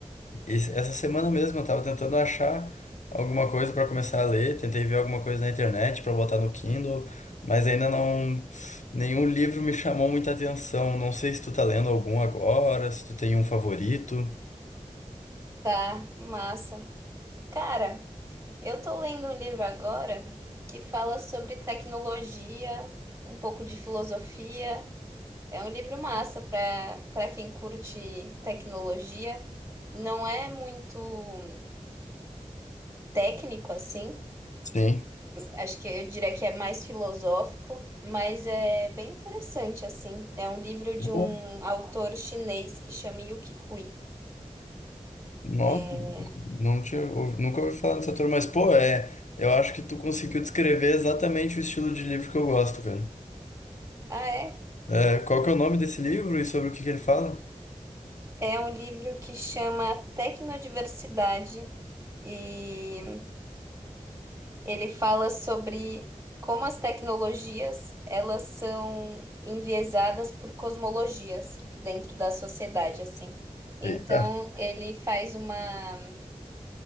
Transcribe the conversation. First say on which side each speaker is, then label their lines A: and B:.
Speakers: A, on the left; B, on the right.
A: Esse- Essa semana mesmo eu tava tentando achar alguma coisa pra começar a ler, tentei ver alguma coisa na internet pra botar no Kindle, mas ainda não nenhum livro me chamou muita atenção. Não sei se tu tá lendo algum agora, se tu tem um favorito.
B: Tá, massa. Cara. Eu tô lendo um livro agora que fala sobre tecnologia, um pouco de filosofia. É um livro massa para para quem curte tecnologia. Não é muito técnico assim.
A: Sim.
B: Acho que eu diria que é mais filosófico, mas é bem interessante assim. É um livro de
A: Pô,
B: um autor chinês que chama Yuki Hui.
A: Nossa,
B: É...
A: não tinha, ouvi- nunca ouvi falar dessa turma, mas pô, é, eu acho que tu conseguiu descrever exatamente o estilo de livro que eu gosto, cara.
B: Ah, é?
A: É, qual que é o nome desse livro e sobre o que que ele fala?
B: É um livro que chama Tecnodiversidade e Ele fala sobre como as tecnologias elas são enviesadas por cosmologias dentro da sociedade, assim. Então,
A: Eita,
B: ele faz uma,